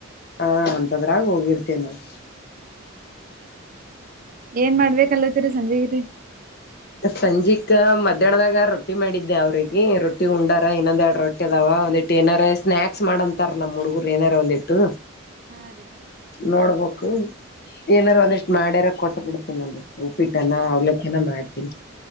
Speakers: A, on the left (about 50°); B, on the right (about 40°).
A: ಹಾ ಅಂತದ್ರಾಗ ಹೋಗಿರ್ತೇವಿ ನಾವು.
B: ಏನ್ ಮಾಡ್ಬೇಕಲ್ತ್ತೀರಿ ಸಂಜೆಗಿರಿ.
A: ಸಂಜಿಕ ಮಧ್ಯಾಹ್ನದಾಗ ರೊಟ್ಟಿ ಮಾಡಿದ್ದೆ ಅವ್ರಿಗೆ ರೊಟ್ಟಿ ಉಂಡಾರ ಇನ್ನೊಂದ್ ಎರಡು ರೊಟ್ಟಿ. ದಾವ ಒಂದಿಟ್ಟು ಏನಾರ ಸ್ನಾಕ್ಸ್ ಮಾಡ ಅಂತಾರ ನಮಮ್ಮ ಹುಡುಗರು ಏನಾರ ಒಂದ ಇಟ್ಟು.
B: ಹಾ ರೀ.
A: ನೋಡ್ಬೇಕು ಏನಾರು
B: ಹಾ ಹಾ
A: ಒಂದಿಷ್ಟ್ ಮಾಡ್ಯಾರ ಕೊಟ್ಟ ಬಿಡ್ತೀನ ಒಂದಿಷ್ಟು. ಉಪ್ಪಿಟ್ಟನ ಅವಲಕ್ಕ್ಯನ ಮಾಡ್ತೀನಿ.